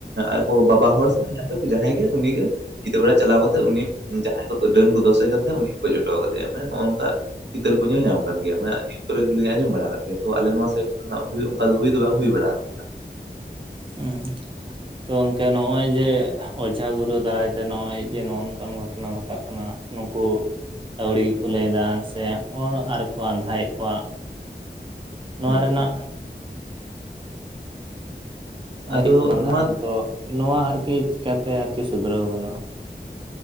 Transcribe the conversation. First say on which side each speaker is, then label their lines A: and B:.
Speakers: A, on the right; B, on the right.
A: ᱟᱠᱚ ᱵᱟᱵᱟ ᱦᱚᱲ ᱥᱮ ᱡᱟᱭ ᱦᱳᱠ ᱡᱟᱦᱟᱸᱭ ᱜᱮ ᱩᱱᱤᱜᱮ ᱧᱤᱫᱟᱹ ᱵᱮᱲᱟ ᱪᱟᱞᱟᱣ ᱠᱟᱛᱮᱫ ᱩᱱᱤ ᱡᱟᱦᱟᱸᱭ ᱠᱚ ᱰᱟᱹᱱ ᱠᱚ ᱫᱚᱥᱮ ᱠᱟᱱ ᱛᱟᱦᱮᱸᱫ ᱩᱱᱤ ᱠᱚ ᱜᱚᱡ ᱦᱚᱴᱚ ᱠᱟᱫᱮᱭᱟ ᱢᱟᱱᱮ ᱦᱚᱜ ᱚᱝᱠᱟ ᱪᱤᱛᱟᱹᱨ ᱠᱚ ᱧᱮᱞ ᱧᱟᱢ ᱠᱟᱱᱟᱱ ᱜᱮᱭᱟ ᱢᱟᱜᱽ ᱟᱨᱠᱤ ᱠᱚᱨᱮ ᱜᱮᱞᱤᱧ ᱟᱸᱡᱚᱢ ᱵᱟᱲᱟ ᱟᱠᱟᱫ ᱜᱮᱭᱟ <unintelligible> ᱟᱡᱚᱢ ᱵᱟᱲᱟ ᱜᱮᱭᱟ ᱛᱚ ᱟᱞᱮ ᱱᱚᱣᱟ ᱥᱟᱭᱤᱰ ᱨᱮᱱᱟᱜ ᱵᱤᱨ ᱚᱠᱟ ᱫᱚ ᱦᱩᱭ ᱫᱚ ᱵᱟᱝ ᱦᱩᱭ ᱵᱟᱲᱟ ᱟᱠᱟᱱᱟ ᱾
B: ᱦᱩᱸ ᱛᱚ ᱜᱚᱝᱠᱮ ᱱᱚᱭ ᱡᱮ ᱚᱡᱷᱟ ᱜᱩᱨᱩ ᱫᱟᱨᱟᱭᱛᱮ ᱱᱚᱭ ᱡᱮ ᱱᱚᱜᱚᱭ ᱱᱚᱝᱠᱟᱱ ᱜᱷᱚᱴᱚᱱᱟ ᱜᱷᱚᱴᱟᱜ ᱠᱟᱱᱟ ᱱᱩᱠᱩ ᱟᱸᱣᱲᱤ ᱜᱮᱠᱚ ᱞᱟᱹᱭ ᱮᱫᱟ ᱥᱮ ᱦᱚᱲ ᱟᱨᱠᱚ ᱟᱸᱫᱷᱟᱭᱮᱫ ᱠᱚᱣᱟ ᱱᱚᱣᱟ
A: ᱦᱩᱸ
B: ᱨᱮᱱᱟᱜ
A: ᱦᱩᱸ ᱟᱫᱚ
B: ᱟᱭᱩᱵ <unintelligible>
A: ᱱᱚᱣᱟ
B: ᱛᱚ ᱱᱚᱣᱟ ᱟᱨᱠᱤ ᱪᱮᱠᱟᱛᱮ ᱟᱨᱠᱤ ᱥᱩᱫᱷᱨᱟᱹᱣ ᱜᱟᱱᱚᱜᱼᱟ?